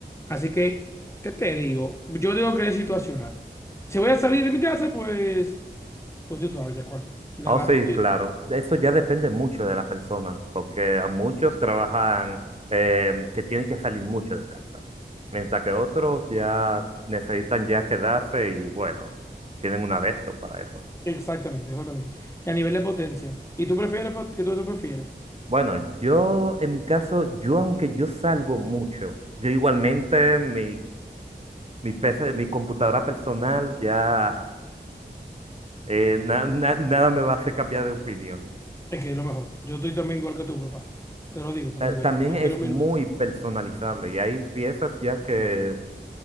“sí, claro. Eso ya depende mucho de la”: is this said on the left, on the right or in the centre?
Right